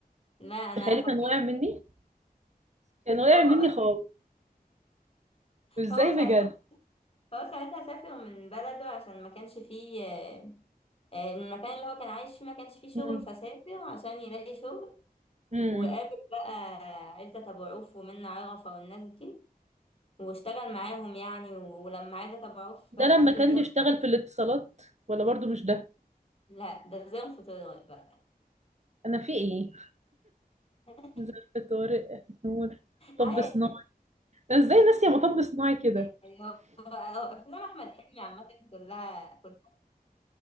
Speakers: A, on the left; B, on the right.
A: لا انا
B: تخيلي
A: افكرك
B: كان واقع مني
A: بيه
B: كان واقع
A: هو
B: مني
A: اصلا
B: خالص ازاي
A: هو ساعتها
B: بجد
A: هو ساعتها سافر من بلده عشان ما كانش فيه آه، آه، المكان اللي هو كان عايش فيه ما كانش فيه شغل
B: امم
A: فسافر عشان يلاقي شغل
B: امم
A: وقابل بقى عزت ابو عوف ومنة عرفة والناس دي واشتغل معاهم يعني ولما عايزة اتابعه في
B: ده لما
A: حد
B: كان
A: سام
B: بيشتغل في الاتصالات ولا برضو مش ده
A: لا ده زي في طارق بقى
B: انا في ايه
A: <laughs>
B: ظرف طارق نور طب
A: عادي
B: صناعي انا ازاي ناسيه مطب صناعي كده
A: يعني هو هو افلام احمد حلمي عامة كلها كلها